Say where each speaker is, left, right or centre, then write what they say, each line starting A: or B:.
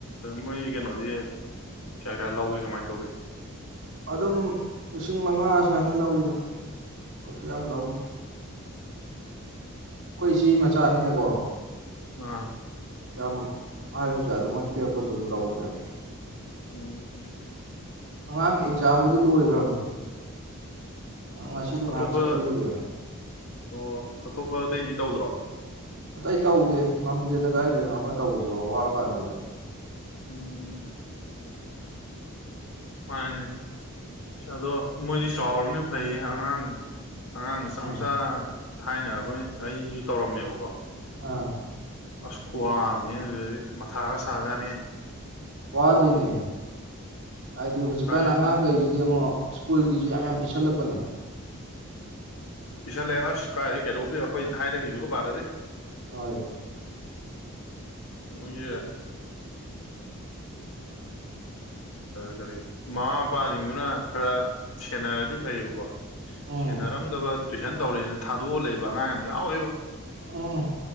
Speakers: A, on the left; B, on the right.
A: ꯃꯣꯏ ꯀꯩꯅꯣꯗꯤ ꯀꯌꯥ ꯀꯌꯥ ꯂꯧꯒꯦ ꯀꯃꯥꯏꯅ ꯇꯧꯒꯦ
B: ꯑꯗꯨꯝ ꯂꯤꯁꯤꯡ ꯃꯉꯥ ꯁꯨꯃꯥꯏꯅ ꯂꯧꯋꯤꯗ ꯀꯩꯁꯨ ꯌꯥꯝ ꯂꯧꯗꯦ ꯑꯩꯈꯣꯏ ꯏꯆꯦ ꯃꯆꯥꯅꯤꯅꯀꯣ
A: ꯑꯥ
B: ꯌꯥꯝ ꯍꯥꯏꯔꯨꯖꯥꯗ ꯃꯣꯏꯅ ꯄꯤꯔꯛꯄꯗꯨ ꯑꯗꯨꯝ ꯂꯧꯅꯦꯕ
A: ꯎꯝ
B: ꯑꯉꯥꯡ ꯑꯦꯛꯖꯥꯝꯕꯨꯗꯤ ꯂꯣꯏꯈ꯭ꯔꯕꯅꯤ ꯉꯁꯤꯗꯣ ꯉꯥꯏꯍꯥꯛ
A: ꯑꯇꯣꯞꯄ
B: ꯆꯠꯄꯤꯔꯨꯒꯦꯅ
A: ꯑꯣ ꯑꯇꯣꯞꯄ ꯑꯇꯩꯗꯤ ꯇꯧꯗ꯭ꯔꯣ
B: ꯑꯇꯩ ꯇꯧꯗꯦ ꯉꯝꯗꯦꯗ ꯀꯥꯏꯗꯅꯣꯝ ꯑꯃ ꯇꯧꯕꯁꯤꯐꯥꯎ ꯋꯥꯔ ꯀꯥꯟꯁꯤꯗ
A: ꯎꯝ ꯃꯥꯅꯦ ꯑꯗꯣ ꯃꯣꯏꯗꯤ ꯆꯥꯎꯔꯕꯅꯤ ꯐꯩ ꯑꯉꯥꯡꯒꯤ ꯑꯉꯥꯡ ꯃꯆꯥ
B: ꯎꯝ
A: ꯃꯆꯥꯥ ꯊꯥꯏꯅ ꯑꯩꯈꯣꯏ ꯑꯩꯁꯨ ꯇꯧꯔꯝꯃꯦꯕꯀꯣ
B: ꯑꯥ
A: ꯑꯁ ꯈꯋꯥꯝ ꯃꯊꯥꯒ ꯁꯥꯖꯅꯦ
B: ꯋꯥ ꯑꯗꯨꯅꯦ ꯍꯥꯏꯗꯤ ꯍꯧꯖꯤꯛꯀꯥꯟ
A: ꯀꯥꯏ
B: ꯑꯉꯥꯡꯈꯩꯁꯤꯗꯤ ꯑꯃꯨꯛ ꯁ꯭ꯀꯨꯜꯒꯤꯁꯨ ꯌꯥꯝ ꯌꯥꯝ ꯄꯤꯁꯜꯂꯛꯄꯅꯦ
A: ꯄꯤꯁꯜꯂꯦ ꯑꯁ ꯀꯥꯏꯔꯦ ꯀꯩꯅꯣꯝꯅꯦ ꯑꯩꯈꯣꯏ ꯊꯥꯏꯅꯒꯤꯤꯗꯨꯒ ꯃꯥꯟꯅꯗꯤ
B: ꯍꯣꯏ
A: ꯍꯧꯒꯤꯦ ꯀꯔꯤ ꯃꯃꯥ ꯃꯄꯥꯁꯤꯡꯗꯨꯅ ꯈꯔ ꯁꯦꯟꯅꯔꯗꯤ ꯐꯩꯌꯦꯕꯀꯣ
B: ꯎꯝ
A: ꯁꯦꯟꯅ ꯑꯔꯝꯕꯥ ꯇꯨꯏꯁꯟ ꯇꯧꯔꯔꯤꯅ ꯊꯥꯗꯣꯛꯑꯂ ꯂꯩꯕ ꯑꯉꯥꯡ ꯌꯥꯝ ꯌꯥꯎꯋꯦꯕ
B: ꯎꯝ